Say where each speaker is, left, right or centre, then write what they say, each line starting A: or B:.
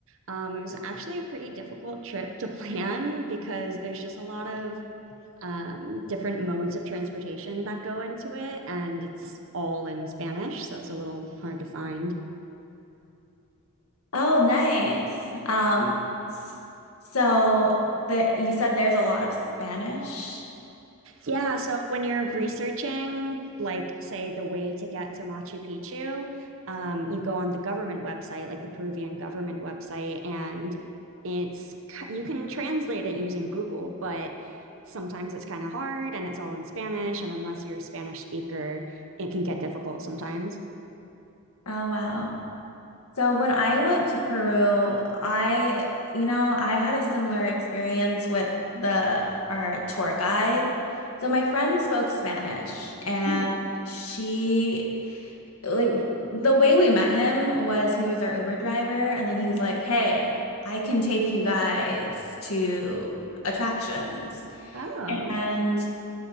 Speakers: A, on the right (about 60°); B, on the left (about 75°).
A: Um, it was actually a pretty difficult trip to <laughs> plan because there's just a lot of um, different modes of transportation that go into it, and it's all in Spanish, so it's a little hard to find.
B: oh, nice. Um, s- so that you said there's a lot of Spanish.
A: Yeah, so when you're researching, like, say, the way to get to Machu Picchu, um, you go on the government website, like the Peruvian government website, and it's you can translate it using Google, but sometimes it's kind of hard and it's all in Spanish, and unless you're a Spanish speaker, it can get difficult sometimes.
B: Oh, wow. So when I went to Peru, I, you know, I had a similar experience with the our tour guide. So my friend spoke Spanish and
A: Mhm.
B: she like the way we met him was he was our Uber driver and then he's like, "Hey, I can take you guys to attractions."
A: Oh,
B: and